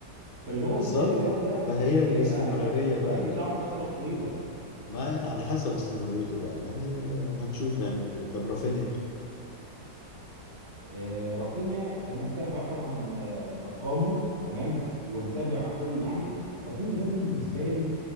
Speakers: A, on the right; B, on the left.
A: فاللي هو
B: بالظبط
A: ستيل الواد ده
B: فهي الاستمرارية
A: هيبقى هيبقى في البرايم
B: بقى اللي
A: بتاعه
B: هت
A: لفتره طويله
B: ما على حسب استمراريته بقى يعني آه، هنشوف هيعمل ايه طب رافينيا
A: آه، رافينيا انا متابع طبعا آه، ارقامه تمام ومتابع كل اللي عمله رافينيا ده بالنسبه لي